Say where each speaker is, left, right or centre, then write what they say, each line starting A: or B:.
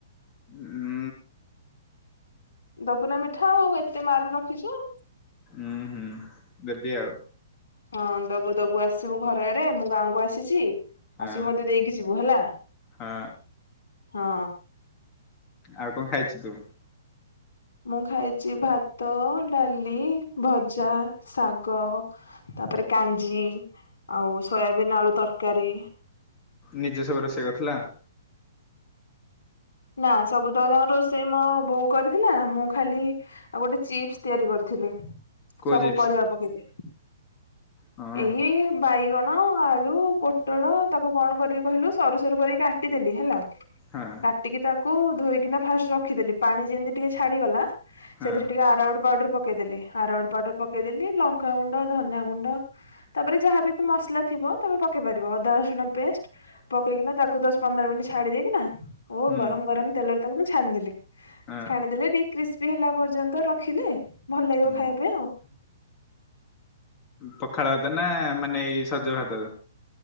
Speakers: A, on the left; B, on the left.
A: <inaudible>
B: ଦବୁନା ମିଠା ଆଉ ଏତେ ମାର୍କ୍ ରଖିଚୁ।
A: ଉୁଁ ହୁଁ ଦେବି ଆଉ
B: ହଁ ଦବୁ ଦବୁ ଆସିବୁ ଘର ଆଡେ ମୁଁ ଗାଁକୁ ଆସିଛି
A: ହଁ
B: ଆସିକି ମତେ ଦେଇକି ଯିବୁ ହେଲା
A: ହଁ
B: ହଁ।
A: ଆଉ କଣ ଖାଇଛୁ ତୁ?
B: ମୁଁ ଖାଇଛି ଭାତ, ଡାଲି, ଭଜା ଶାଗ। ତାପରେ କାଞ୍ଜି ଆଉ ସୋୟାବିନ୍ ଆଳୁ ତରକାରୀ
A: ନିଜ ସବୁ ରୋଷେଇ କରିଥିଲା।
B: ନା ସବୁ ତଳେ ରୋଷେଇ ମୋ ବୋଉ କରିଥିଲା ମୁଁ ଖାଲି। ଆଉ ଗୋଟେ ଚିପ୍ସ ତିଆରି କରିଥିଲି।
A: କୋଜିପ୍ସ
B: ସବୁ ପରିବା ପକରେ
A: ହଁ
B: ଏଇ ବାଇଗଣ ଆଳୁ ପୋଟଳ ତାକୁ କଣ କରିକି କହିଲୁ ସରୁ ସରୁ କରିକି କାଟିଦେଲି ହେଲା।
A: ହଁ
B: କାଟିକି ତାକୁ ଧୋଇକିନା ଫାଷ୍ଟ ରଖିଦେଲି ପାଣି ଯେମିତି ଟିକେ ଛାଡ଼ିଗଲା।
A: ହଁ
B: ସେଥିରେ ଟିକେ ଆରଉଡ ପାଉଡର ପକେଇଦେଲେ। ଆରଉଡ ପାଉଡର ପକେଇଦେଲି ଲଙ୍କାଗୁଣ୍ଡ ଧନିଆ ଗୁଣ୍ଡ। ତାପରେ ଯାହାବ ତୁ ମସଲା ଥିବ ତମେ ପକେଇ ପାରିବ ଅଦା ରସୁଣ ପେଷ୍ଟ। ପକେଇକିନା ତାକୁ ଦଶ ପନ୍ଦର ମିନିଟ ଛାଡ଼ି ଦେଇକି ନା। ଓ
A: ହୁଁ
B: ଗରମ ଗରମ ତେଲରେ ତାକୁ ମୁଁ ଛାଣିଦେି
A: ହଁ
B: ଛାଣିଦେଲି ଟିକେ। କ୍ରିସ୍ପି ହେଲା ପର୍ଯ୍ୟନ୍ତ ରଖିଲେ ଭଲ ଲାଗିବ
A: ହୁଁ
B: ଖାଇବା ପାଇଁ ଆଉ।
A: ପଖାଳ ଭାତ ନା ମାନେ ଏଇ ସଜ ଭାତ।